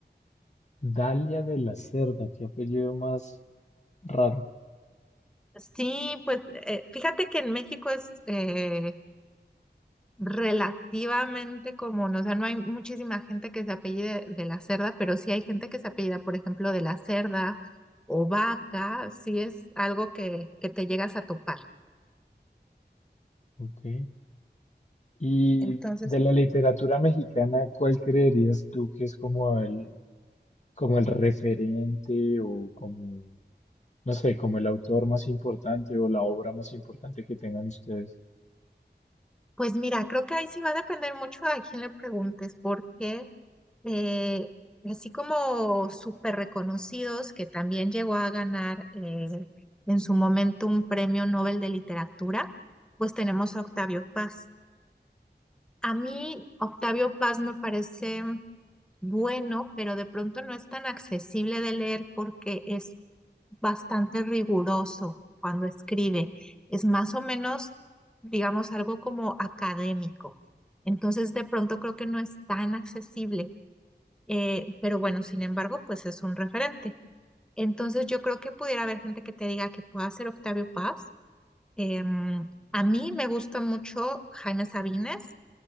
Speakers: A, on the left; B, in the centre.
A: Dalia de la Cerda, qué apellido más raro.
B: Sí, pues eh, fíjate que en México es, eh, relativamente común, o sea, no hay muchísima gente que se apellide de la Cerda, pero sí hay gente que se apellida, por ejemplo, de la Cerda o Vaca, sí es algo que, que te llegas a topar.
A: Ok. Y
B: Entonces,
A: de la literatura mexicana, ¿cuál creerías tú que es como el, como el referente o como, no sé, como el autor más importante o la obra más importante que tengan ustedes?
B: pues mira, creo que ahí sí va a depender mucho a quién le preguntes, porque eh, así como súper reconocidos, que también llegó a ganar eh, en su momento un premio Nobel de Literatura, pues tenemos a Octavio Paz. A mí Octavio Paz me parece bueno, pero de pronto no es tan accesible de leer porque es bastante riguroso cuando escribe. Es más o menos, digamos, algo como académico. Entonces, de pronto creo que no es tan accesible. Eh, pero bueno, sin embargo, pues es un referente. Entonces, yo creo que pudiera haber gente que te diga que pueda ser Octavio Paz. Em, a mí me gusta mucho Jaime Sabines